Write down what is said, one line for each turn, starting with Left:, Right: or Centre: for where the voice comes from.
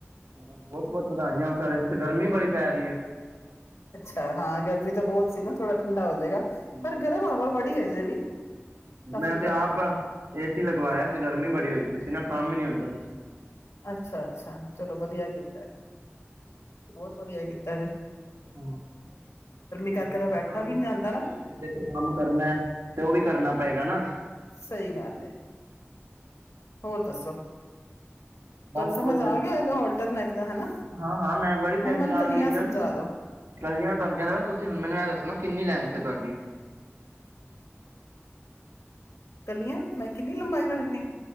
Right: ਆਹ ਤਾਂ ਬਹੁਤ ਬਹੁਤ ਵਧਾਈਆਂ ਹੋਣ, ਸਾਡੇ ਇਥੇ ਤੇ ਗਰਮੀ ਬੜੀ ਪੈ ਰਹੀ ਐ।
Left: ਅ ਹਾਂ ਗਰਮੀ ਤਾਂ ਬਹੁਤ ਸੀ ਨਾ, ਥੋੜਾ ਠੰਡਾ ਹੋ ਜੇਗਾ।
Right: ਹੂੰ।
Left: ਪਰ ਗਰਮ ਹਵਾ ਬੜੀ ਐ। ਤੇ ਵੀ ਕਾਫ਼ੀ
Right: ਮੈਂ ਤੇ
Left: ਗਰਮ
Right: ਆਪ
Left: ਹੈ ਉਹ।
Right: ਏ ਸੀ ਲਗਵਾਇਆ ਸੀ ਗਰਮੀ ਬੜੀ ਹੋਈ ਤੀ ਸੀ ਨਾ ਕੰਮ ਹੀ ਨੀ ਹੁੰਦਾ ਦਸ ਛ
Left: ਅੱਛਾ ਅੱਛਾ, ਚਲੋ ਵਧੀਆ ਕੀਤਾ ਏਹ। ਬਹੁਤ ਵਧੀਆ ਕੀਤ ਤਦੇ।
Right: ਹਾਂ,
Left: ਕਰਕੇ
Right: ਦੇਖੋ
Left: ਤਾਂ ਬੈਠਾ
Right: ਕੰਮ
Left: ਵੀ ਨੀ
Right: ਕਰਨਾ
Left: ਜਾਂਦਾ ਨਾ
Right: ਵੇ, ਤੇ ਦੇਖੋ ਕੰਮ ਕਰਨਾ ਐ, ਤੇ ਉਹ ਵੀ ਕਰਨਾ ਪਏਗਾ ਨਾ।
Left: ਸਹੀ ਗੱਲ ਹੈ ਹੋਰ ਦੱਸੋ। ਤੁਹਾਨੂੰ
Right: ਬਸ
Left: ਸਮਝ
Right: ਵਧੀਆ।
Left: ਆ ਗਿਆ ਹੋਏਗਾ ਹੋਲਟਰ ਨੈਕ ਦਾ ਹਨਾ
Right: ਹਾਂ ਹਾਂ, ਮੈਂ ਬੜੀ ਤਿੰਨ
Left: ਹੁਣ ਮੈਨੂੰ
Right: ਚਾਰ
Left: ਕਲੀਆਂ
Right: ਵੀਡੀਓਜ਼,
Left: ਸਮਝਾ ਦੋ
Right: ਕਰਲੀਆਂ ਤੁਹਾਨੂੰ ਕਹਿ ਦਿਆ ਤੁਸੀਂ ਹੁਣ ਮੈਨੂੰ ਇਹ ਦੱਸਣਾ ਕਿੰਨੀ ਲੈਣ ਥੇ ਤੁਹਾਡੀ।
Left: ਕੱਲੀਆਂ, ਮੈਂ ਕਿੰਨੀ ਲੰਬਾਈ ਕਰਨੀਆ?